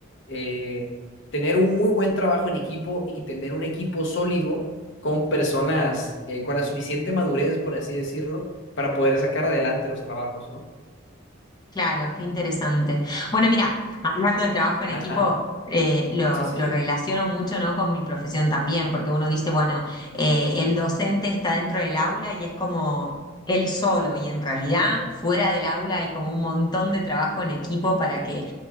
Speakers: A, on the left; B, on the left.
A: eh, tener un muy buen trabajo en equipo y tener un equipo sólido con personas eh, con la suficiente madurez, por así decirlo, para poder sacar adelante los trabajos, ¿no?
B: Claro, qué interesante. Bueno, mira, hablando de trabajo en
A: Ajá.
B: equipo, eh, lo,
A: Sí, sí,
B: lo
A: sí.
B: relaciono mucho, ¿no? con mi profesión también, porque uno dice, bueno, eh, el docente está dentro del aula y es como él solo, y en realidad fuera del aula hay como un montón de trabajo en equipo para que